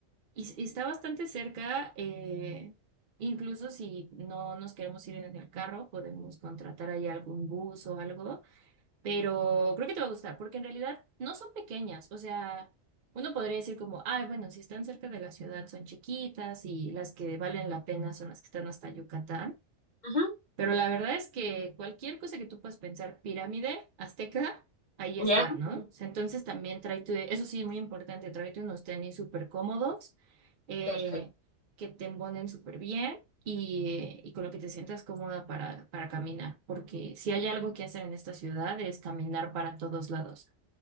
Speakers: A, on the right; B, on the left.
A: y- y está bastante cerca, eh, incluso si no nos queremos ir en el carro, podemos contratar ahí algún bus o algo, pero creo que te va a gustar, porque en realidad no son pequeñas, o sea, uno podría decir como, ay, bueno, si están cerca de la ciudad son chiquitas y las que valen la pena son las que están hasta Yucatán.
B: Ujú,
A: Pero la verdad es que cualquier cosa que tú puedas pensar, pirámide, azteca, ahí
B: Ya,
A: está, ¿no? O sea, entonces también tráete, eso sí, muy importante, tráete unos tenis súper cómodos, eh,
B: perfecto.
A: que te embonen súper bien y, eh, y con lo que te sientas cómoda para, para caminar, porque si hay algo que hacer en esta ciudad es caminar para todos lados.